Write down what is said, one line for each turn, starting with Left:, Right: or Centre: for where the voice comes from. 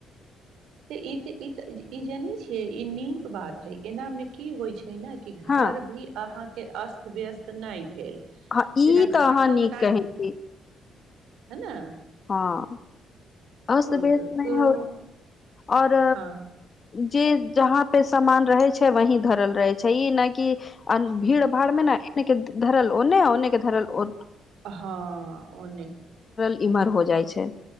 Right: तऽ ई तऽ ई तऽ ई जनै छियै ई नीक बात हई एना मे की होई छै छै न कि
Left: हँ
Right: घर भी अहाँ कि अस्त व्यस्त नहि भेल
Left: अहाँ
Right: जेना
Left: ई तऽ
Right: घर
Left: अहाँ नीक
Right: ओनाहि
Left: कहै छी
Right: है ना
Left: हँ ओहिसे
Right: हँ
Left: बेस नहि हो आओर
Right: हँ
Left: जे जहाँ पे सामान रहै छै वही धरल रहै छै ई नहि कि भीड़ भाड़ मे न एतेक धरल ओन्ने ओन्नेके धरल ओ
Right: हँ ओ नहि
Left: बिमार हो जाइ छै